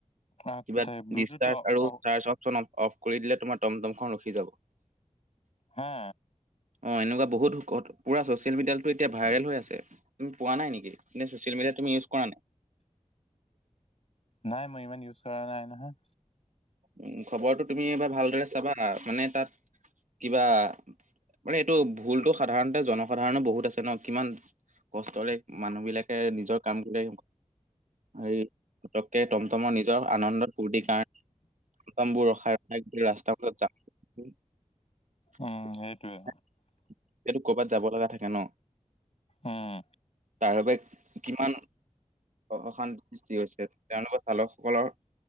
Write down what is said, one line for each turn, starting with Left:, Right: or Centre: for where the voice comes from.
Left: আচ্ছা
Right: কিবা
Left: ব্লুটুথ
Right: ডিচচাৰ্জ
Left: অ
Right: আৰু
Left: অ-
Right: চাৰ্জ অপচন অফ কৰি দিলে তোমাৰ টমটমখন ৰখি যাব।
Left: হা
Right: অঁ এনেকুৱা বহুত পুৰা ছ'চিয়েল মিডিয়াততো এতিয়া ভাইৰেল হৈ আছে তুমি পোৱা নাই নেকি? এনে চ'চিয়েল মিডিয়া তুমি ইউজ কৰা নাই?
Left: নাই মই ইমান ইউজ কৰা নাই নহয়।
Right: উম খবৰটো তুমি এবাৰ ভালদৰে চাবা মানে তাত কিবা মানে এইটো ভুলটো সাধাৰণতে জনসাধাৰণৰ বহুত আছে ন কিমান কষ্টৰে মানুহ বিলাকে নিজৰ কাম কৰে এই পটককে টমটমৰ নিজৰ আনন্দত ফূৰ্তিৰ কাৰণে টমবোৰ ৰখায় <unintelligible> ৰাস্তটো
Left: উম সেইটোৱে
Right: বাত যাব লগা থাকে ন
Left: উম
Right: তাৰবাবে কিমান অশান্তিৰ সৃষ্টি হৈছে তেওঁলোকৰ চালকসকলৰ